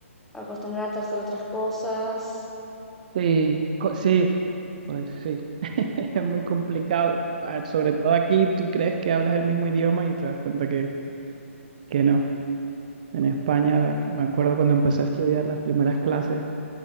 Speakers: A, in the centre; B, on the right.
A: acostumbrarte a hacer otras cosas.
B: sí, co- sí, pues sí, <laughs> es muy complicado. Ah, Sobre todo aquí, tú crees que hablas el mismo idioma y te das cuenta que, que no. En España, me acuerdo cuando empecé a estudiar las primeras clases,